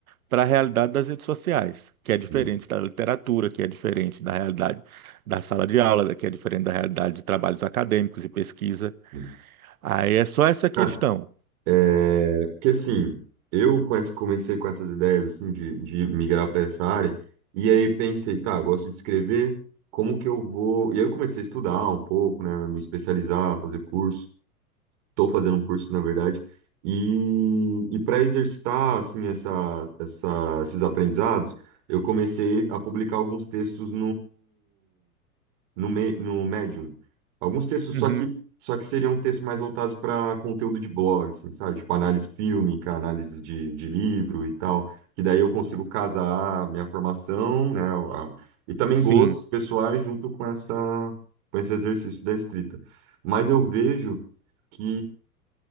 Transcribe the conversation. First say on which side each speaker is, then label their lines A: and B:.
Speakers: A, on the right; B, on the right.
A: para a realidade das redes sociais, que é diferente
B: sim,
A: da literatura, que é diferente da realidade da sala de aula, que é diferente da realidade de trabalhos acadêmicos e pesquisa.
B: sim.
A: Aí é só essa questão.
B: Cara, É, porque assim, eu com essa- comecei com essas ideias assim de, de migrar para essa área, e aí pensei, tá, gosto de escrever, como que eu vou? E aí eu comecei a estudar um pouco, né, me especializar, fazer curso. Estou fazendo um curso, na verdade. E, e para exercitar assim essa, essa, esses aprendizados, eu comecei a publicar alguns textos no, Me- no Medium. Alguns textos,
A: Uhum,
B: só que, só que seriam textos mais voltados para conteúdo de blog, assim, sabe? Tipo análise fílmica, análise de, de livro e tal. Que daí eu consigo casar minha formação, né? a- e também
A: Sim.
B: gostos pessoais junto com essa, com esse exercício da escrita. Mas eu vejo que,